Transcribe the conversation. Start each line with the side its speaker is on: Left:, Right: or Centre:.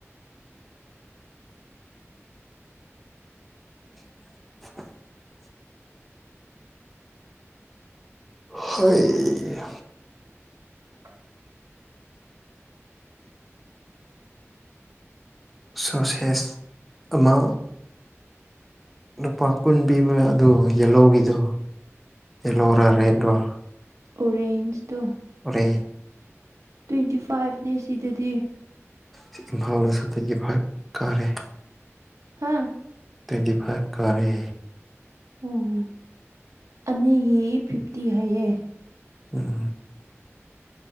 Centre: <unintelligible> ꯍꯩ
Right: ꯑ
Centre: ꯁꯨ ꯑꯦꯁ ꯑꯃꯥ ꯂꯨꯄꯥ ꯀꯨꯟ ꯄꯤꯕꯥ ꯑꯗꯣ ꯌꯦꯂꯣꯒꯤꯗꯣ ꯌꯦꯂꯣꯣꯔꯥ ꯔꯦꯗꯔꯣ
Right: ꯑꯣꯔꯦꯟꯖꯇꯣ
Centre: ꯍ
Right: ꯇ꯭ꯋꯦꯟꯇꯤ ꯐꯥꯏꯚꯅꯦ ꯁꯤꯗꯗꯤ
Centre: ꯁꯤꯐꯥꯎꯅꯁꯨꯇꯒꯤ ꯐ ꯀꯥꯔꯦ
Right: ꯍꯥꯥ
Centre: ꯇ꯭ꯋꯦꯟꯇꯤ ꯐꯥꯏꯚ ꯀꯥꯔꯦ
Right: ꯎꯝ ꯑꯅꯤꯒꯤ ꯐꯤꯐꯇꯤ ꯍꯥꯏꯌꯦ
Centre: ꯎꯝ